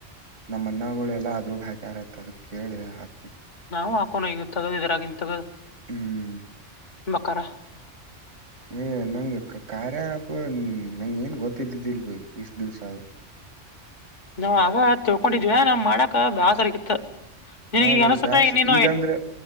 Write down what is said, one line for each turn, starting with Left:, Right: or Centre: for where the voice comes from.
Right: ನಮ್ಮ ಅಣ್ಣಗಳು ಎಲ್ಲಾ ಅದ್ರಗ್ ಹಾಕ್ಯಾರತ ಅದ ಕೇಳಿ ಹಾಕಬಕ್
Left: ನಾವು ಹಾಕೋ ಈಗ ತಗದ್ರಗನ್ ತಗ
Right: ಹ್ಮ್
Left: ಮಕಾರ
Right: ಯ ನಂಗ ಕಾರ್ಯ ಆಪ್ ನಂಗ ಏನ್ ಗೊತ್ತಿದ್ದಿದ್ದಿಲ್ ಭೈ ಇಷ್ಟ್ ದಿವ್ಸ ಆದ್ರು
Left: ನಾವು ಆಗ ತಿಳ್ಕೊಂಡಿದ್ವಿ ನಾ ಮಾಡಾಕ ಬೇಸರಗಿತ್ ನಿನ
Right: ಹಾ
Left: ಈಗ
Right: ಬೈ
Left: ಅನ್ಸುತ್ತೆ
Right: ಬ್ಯಾಸ್
Left: ನೀನು
Right: ಈಗಂದ್ರೆ